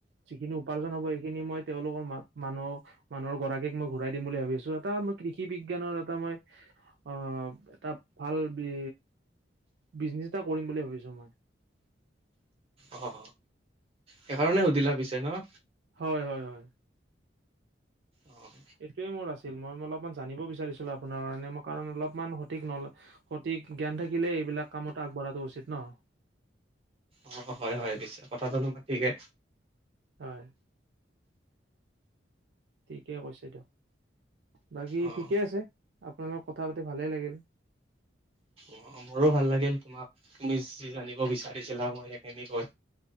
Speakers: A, on the right; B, on the right.
A: যিখিনি উপাৰ্জন হ'ব এইখিনি মই তেওঁলোকৰ মা - মানুহ - মানুহৰ গৰাকীক মই ঘূৰাই দিম বুলি ভাবিছো, এটা মই কৃষি বি জ্ঞানৰ এটা মই আহ এটা ভাল বি বিজনেছ এটা কৰিম বুলি ভাবিছো মই।
B: অ সেইকাৰণে সুধিলা পিছে ন?
A: হয় হয় হয়।
B: অ',
A: এইটোৱে মোৰ আছে। ছিল‌ মই অলপমান জানিব বিচাৰিছিলো আপোনাৰ কাৰণে মই কাৰণ অলপমান সঠিক নল সঠিক জ্ঞান থাকিলে এইবিলাক কামত আগবঢ়াটো উচিত ন?
B: অ' হয় হয় পিছে কথাটো তোমাৰ ঠিকে।
A: হয়, ঠিকে কৈছে দিয়ক। বাকী
B: অ'।
A: ঠিকে আছে আপোনাৰ লগৰ কথা পাতি ভালে লাগিল।
B: অ' মোৰো ভাল লাগিল তোমাক তুমি যি জানিব বিচাৰিছিলা মই সেইখিনি কৈ